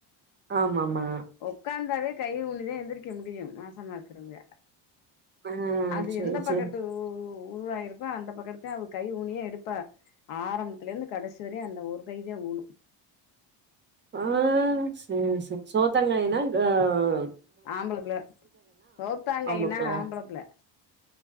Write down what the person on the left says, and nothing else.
ஒக்காந்தாவே கை ஊனிதா எந்திரிக்க முடியு மாசமா இருக்கிறவங்க
அது
எந்த பக்கட்டு
உ உருவாயிருக்கோ அந்த பக்கட்டு தா அவ கை ஊனியே எடுப்பா ஆரம்பத்துலந்து கடைசி வரையு அந்த ஒரு கைதா ஊணு
ஆம்பளப்புள்ள சோத்தாங்கைனா
ஆம்பளப்புள்ள